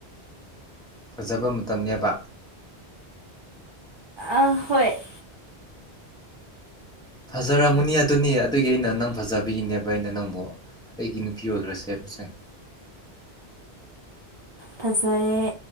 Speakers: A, in the centre; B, on the right (about 40°).
A: ꯐꯖꯕ ꯃꯇꯝꯅꯦꯕ
B: ꯑ ꯍ꯭ꯣꯏ꯭ꯇ
A: ꯐꯖꯔꯝꯃꯨꯅꯤ ꯑꯗꯨꯅꯤ ꯑꯗꯨꯒꯤ ꯑꯩꯅ ꯅꯪ ꯐꯖꯕꯤꯅꯦꯕ ꯑꯩꯅ ꯅꯪꯕꯨ ꯑꯩꯒꯤ ꯅꯨꯄꯤ ꯑꯣꯏꯈ꯭ꯔꯁ꯭ꯦꯕ ꯏꯆꯟ
B: ꯐꯖꯩ